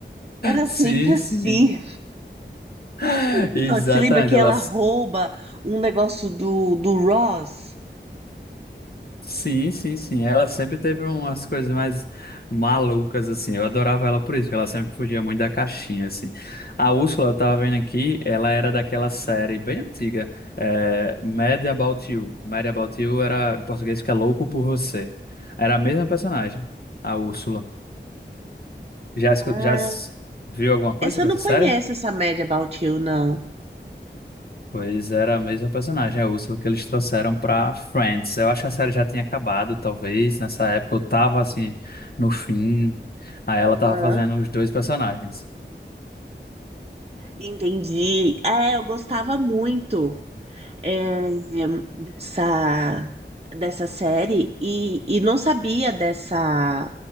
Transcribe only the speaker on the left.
Sim,
sim. <laughs>
Exatamente.
Ela...
s-
Sim, sim, sim. Ela sempre teve umas coisas mais malucas, assim. Eu adorava ela por isso, porque ela sempre fugia muito da caixinha, assim. A Úrsula, eu tava vendo aqui, ela era daquela série bem antiga, é... Mad About You. Mad About You era, em português, que é Louco por Você. Era a mesma personagem, a Úrsula. Já, escu-
já s- viu alguma coisa
sobre
essa
série?
Pois era a mesma personagem, a Úrsula, que eles trouxeram pra Friends. Eu acho que a série já tinha acabado, talvez, nessa época. Eu tava, assim, no fim. Aí ela
tava fazendo os dois personagens.